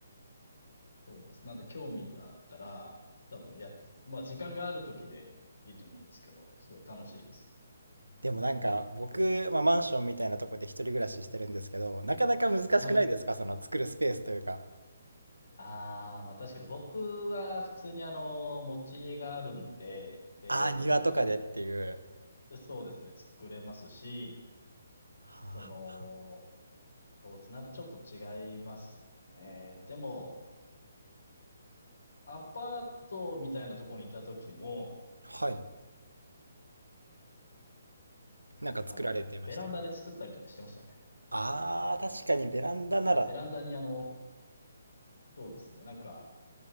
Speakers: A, on the left (about 65°); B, on the right (about 85°).
A: そうなんです。なんで興味があったら、多分やって、まあ時間がある時でいいと思うんですけど、すごい楽しいですよ。
B: ー、でもなんか僕、まあ、マンションみたいなとこで一人暮らししてるんですけど、なかなか難しくないですかその作るスペースというか。
A: はい。ああ、まあ確かに僕は普通にあの、持ち家があるんで、で、
B: ああ、庭とかでっていう。
A: そうですね、作れますし、
B: はあ、
A: その、そうです。なんでちょっと違いますかね。でも、アパートみたいなところにいた時も、
B: はい。なんか作られてました。
A: あの、ベランダで作ったりとかしてましたね。
B: ああ、確かにベランダなら。
A: はい、ベランダにあの、そうですね、なんか、